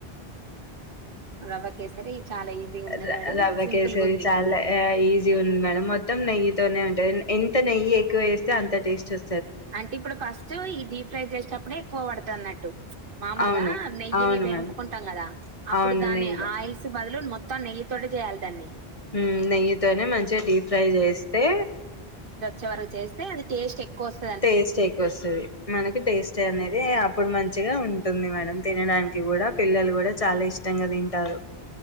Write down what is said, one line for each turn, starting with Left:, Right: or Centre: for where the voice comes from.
Right: రవ్వ కేసరి చాలా ఈజీగా ఉన్నది
Left: రు
Right: మేడం
Left: రవ్వ
Right: సింపుల్గా
Left: కేసరి
Right: ఉంది
Left: చాల ఈజీ ఉంది మేడం మొ త్తం నెయ్యి తోనే ఉంటంది, ఎంత నెయ్యి ఎక్కువ వేస్తే అంత టేస్ట్ వ
Right: అంటే ఇప్పుడు ఫస్టు ఈ డీప్ ఫ్రై చేసేటప్పుడే ఎక్కువ పడు తన్నట్టు మామూలుగా
Left: అవును
Right: నెయ్యిని
Left: అవును
Right: వేంపుకుంటాం
Left: మేడం
Right: కదా అప్పుడు
Left: అవును
Right: దాన్ని
Left: నెయ్యిలో
Right: ఆయిల్స్ బదులు మొత్తం నెయ్యి తోటే చెయ్యాలి దాన్ని
Left: మ్మ్ నెయ్యితోనే మంచిగ డీప్ ఫ్రై చేస్తే
Right: చారు చేస్తే అది టేస్ట్ ఎక్కువ వస్
Left: టేస్ట్ ఎక్కువ వస్తది మనకి టేస్ట్ అనేదీ అప్పుడు మంచిగా ఉంటుంది మేడం, తినడానికి కూడా పిల్లలు కూడా చాల ఇష్టంగా తింటారు.